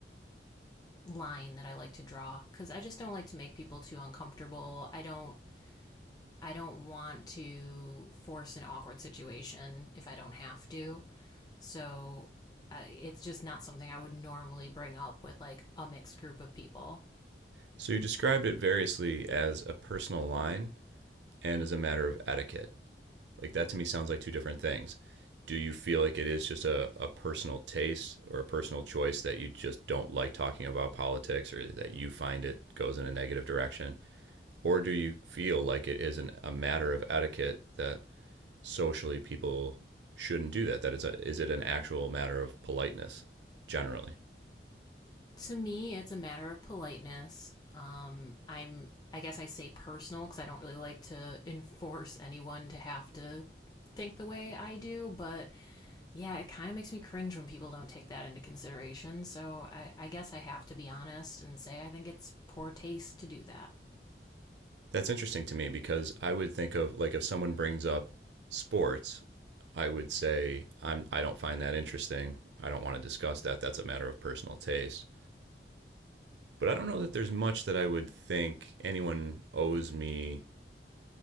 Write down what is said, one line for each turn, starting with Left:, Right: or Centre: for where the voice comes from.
Left: line that I like to draw because I just don't like to make people too uncomfortable. I don't I don't want to force an awkward situation if I don't have to. So uh, it's just not something I would normally bring up with like a mixed group of people.
Right: So you described it variously as a personal line and as a matter of etiquette. Like that to me sounds like two different things. Do you feel like it is just a, a personal taste or a personal choice that you just don't like talking about politics or that you find it goes in a negative direction? Or do you feel like it is an, a matter of etiquette that socially people shouldn't do that? That is, a, is it an actual matter of politeness generally?
Left: To me, it's a matter of politeness. Um, I'm, I guess I say personal because I don't really like to <laughs> enforce anyone to have to think the way I do, but yeah, it kind of makes me cringe when people don't take that into consideration. So I, I guess I have to be honest and say I think it's poor taste to do that.
Right: That's interesting to me because I would think of like if someone brings up sports, I would say I'm I don't find that interesting. I don't want to discuss that. That's a matter of personal taste. But I don't know that there's much that I would think anyone owes me